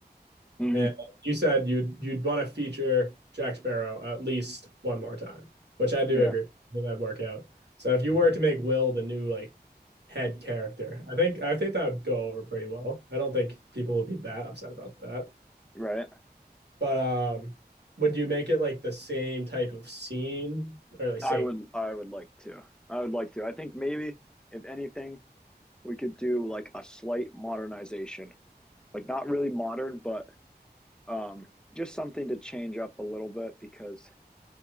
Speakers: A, in the centre; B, on the right (about 85°).
A: hmm
B: and you said you'd you'd want to feature Jack Sparrow at least one more time, which I do
A: Yeah,
B: agree. I think that'd work out. So if you were to make Will the new like head character, I think I think that would go over pretty well. I don't think people would be that upset about that.
A: right.
B: But um, would you make it like the same type of scene or like same?
A: I would I would like to. I would like to. I think maybe if anything, we could do like a slight modernization. Like not really modern, but um just something to change up a little bit because